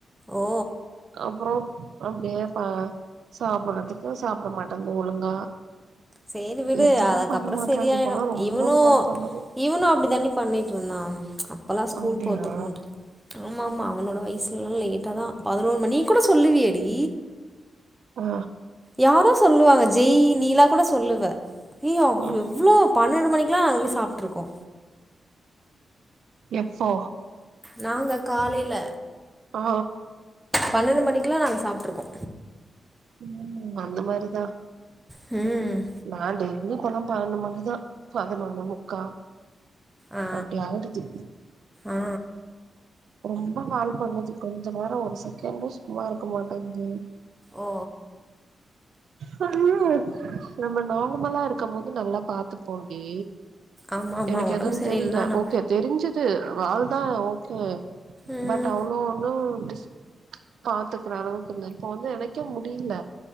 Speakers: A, in the centre; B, on the right.
A: ஓ
B: அப்புறோ அப்டியே பா சாப்றதுக்கு சாப்ட மாட்டேங்கு ஒழுங்கா
A: சேரி விடு
B: எதுவு
A: அதுக்கப்றோ
B: பண்ண மாட்றான்டி
A: சரியாய்டு
B: இப்பல்லா ரொம்ப
A: இவுனு
B: கால் பண்ணுது
A: இவுனு அப்டி தான்டி பண்ணிட்டு இருந்தான் இப்பலா ஸ்கூல்
B: அப்டியா
A: போறதுக்கு முட்டு ஆமா ஆமா அவனோட வயசு லேட்டா தான் பதினோரு மணி கூட சொல்லுவியேடி
B: ஆ
A: யாரோ சொல்லுவாங்க ஜெய் நீலா கூட சொல்லுவ ஏ அ
B: ஆ
A: எவ்ளோ பா பன்னெண்டு மணிக்லா அங்க சாப்ட்ருக்கோ
B: எப்போ
A: நாங்க காலேல
B: ஆ
A: பன்னெண்டு மணிக்லா நாங்க சாப்ட்ருக்கோ
B: ம் அந்த மாரிதா
A: ம்
B: நா டெய்லி இப்பல்லா பன்ணென்டு மணிதா பதினொன்னு முக்கா
A: ஆ
B: அப்டி ஆய்டுது
A: ஆ
B: ரொம்ப வால் பண்ணுது கொஞ்ச நேர ஒரு செகண்டு சும்மா இருக்க மாட்டேங்குது
A: ஓ
B: சொல்லு நம்ம நார்மலா இருக்கம்போது நல்லா பாத்துப்போன்டி
A: ஆமா ஆமா
B: எனக்கு
A: ஒடம்பு
B: எது
A: சரியில்லனா
B: தெரில ஓகே தெரிஞ்சுது வால்தா ஓகே
A: ம்
B: பட் அவ்ளோ ஒன்னு டிஸ் பாத்துக்குற அளவுக்கு இல்ல இப்ப வந்து எனக்கு கே முடில